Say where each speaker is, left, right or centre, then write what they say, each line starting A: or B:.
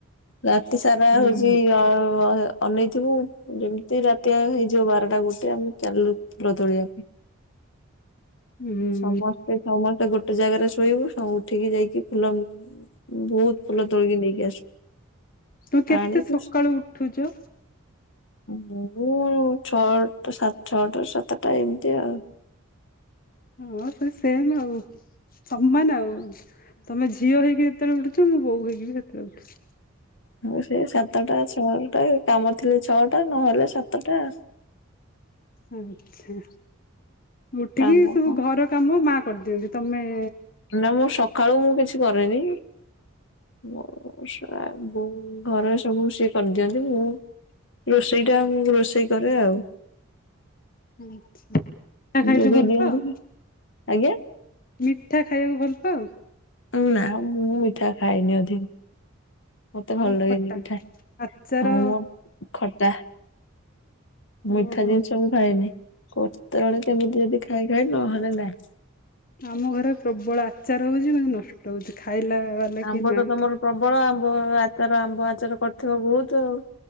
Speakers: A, on the left; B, on the left.
A: ରାତି ସାରା
B: ହୁଁ
A: ହଉଛି ଅ ଅ ଅନେଇଥିବୁ ଯେମିତି ରାତିଆ ହେଇଯିବ ବାରଟା ଗୋଟେ ଆମେ ଚାଲିଲୁ ଫୁଲ ତୋଳିବା‌ ପାଇଁ।
B: ଉଁ।
A: ସମସ୍ତେ ସମସ୍ତେ ଗୋଟେ ଜାଗାରେ ଶୋଇବୁ ସବୁ ଉଠିକି ଯାଇକି ଫୁଲ ବହୁତ ଫୁଲ ତୋଳିକି ନେଇକି ଆସୁ।
B: ତ କେତେ
A: ଆଣିକି
B: ସକାଳୁ ଉଠୁଛ?
A: ମୁଁ ଛଅଟ ସାଡ ଛଅଟା ସାତଟା ଏମିତି ଆଉ।
B: ହଁ ସେ ସେମ୍ ଆଉ ସମାନ ଆଉ ତମେ ଝିଅ ହେଇକି‌। ଯେତେବେଳେ ଉଠୁଛ ମୁଁ ବୋହୁ ହେଇକି ସେତବେଳେ ଉଠୁଚି।
A: ମୁଁ ସେଇ ସାତଟା ଛଅଟା ଏ କାମ ଥିଲେ ଛଅଟା ନହେଲେ ସାତଟା।
B: ଆଛା ଉଠିକି
A: କାମ
B: ସବୁ
A: କଣ
B: ଘର କାମ ମା କରିଦିଅନ୍ତି? ତମେ।
A: ନା ମୁଁ ସକାଳୁ ମୁଁ କିଛି କରେନି। ମୋ ର ସା ବୋଉ ଘରେ ସବୁ ସିଏ କରିଦିଅନ୍ତି ମୁଁ। ରୋଷେଇ ଟା ମୁ ରୋଷେଇ କରେ ଆଉ।
B: ଆଛା ଟା ଖାଇତେ
A: ଯୋଗେଇ
B: ଭଲ
A: ଦିଅନ୍ତି
B: ପାଅ।
A: ଆଜ୍ଞା।
B: ମିଠା ଖାଇବାକୁ ଭଲ ପାଅ।
A: ନା ମୁଁ ମିଠା ଖାଏନି ଅଧିକ। ମତେ ଭଲ
B: ଆଉ
A: ଲାଗେନି
B: ଖଟା
A: ମିଠା
B: ଆଚାର
A: ଆମର ଖଟା। ମିଠା
B: ଓହୋ
A: ଜିନିଷ ମୁଁ ଖାଏନି, କୋତବେଳେ କେମିତି ଯଦି ଖାଇ ଖାଏ ନହେଲେ ନାହିଁ।
B: ଆମ ଘରେ ପ୍ରବଳ ଆଚାର ହଉଛି ମାନେ ନଷ୍ଟ ହଉଛି ଖାଇଲା। ବାଲା
A: ଆମ୍ବ
B: କେହି ନାହାନ୍ତି
A: ତ ତମର ପ୍ରବଳ ଆମ୍ବ ଆଚାର ଆମ୍ବ ଆଚାର କରିଥିବ ବହୁତ ଆଉ।